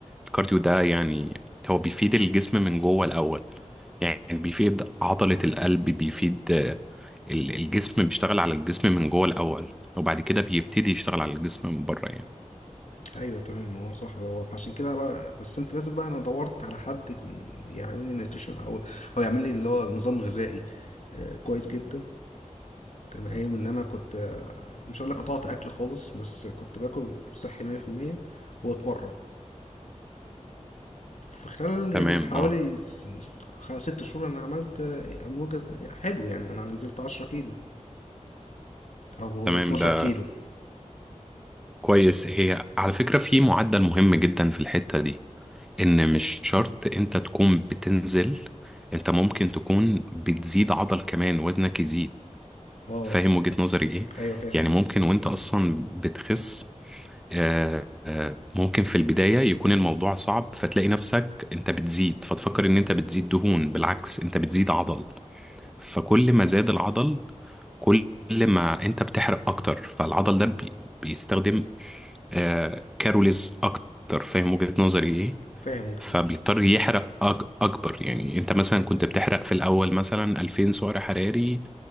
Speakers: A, in the centre; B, on the left.
A: الكارديو ده يعني هو بيفيد الجسم من جوه الاول يعني بيفيد عضلة القلب بيفيد آه، ال- الجسم بيشتغل على الجسم من جوه الأول وبعد كده بيبتدي يشتغل على الجسم من بره يعني
B: ايوه تمام هو صح هو عشان كده أنا بقى بس انت لازم بقى انا دورت على حد يكون يعمل لي نيوتريشن او او يعمل لي اللي هو نظام غذائي آه، كويس جدا كان قايم ان انا كنت مش هقولك قطعت اكل خالص بس كنت باكل صحي مية في المية واتمرن في خلال يعني
A: تمام
B: حوالي
A: اه
B: س- خ- ست شهور انا عملت اموجة حلو يعني انا نزلت عشرة كيلو او
A: تمام
B: أو اتناشر
A: ده
B: كيلو
A: كويس هي على فكرة في معدل مهم جدا في الحتة دي إن مش شرط أنت تكون بتنزل أنت ممكن تكون بتزيد عضل كمان وزنك يزيد
B: اه
A: فاهم وجهة نظري إيه؟
B: ايوه فاهم
A: يعني ممكن وأنت أصلا بتخس آه، آه، ممكن في البداية يكون الموضوع صعب فتلاقي نفسك انت بتزيد فتفكر ان انت بتزيد دهون بالعكس انت بتزيد عضل فكل ما زاد العضل كل ما انت بتحرق اكتر فالعضل ده بي- بيستخدم آه، كاروليز اكتر فاهم وجهة نظري ايه
B: فاهم وجهة
A: فبيضطر
B: نظرك
A: يحرق أج- اكبر يعني انت مثلا كنت بتحرق في الاول مثلا 2000 سعر حراري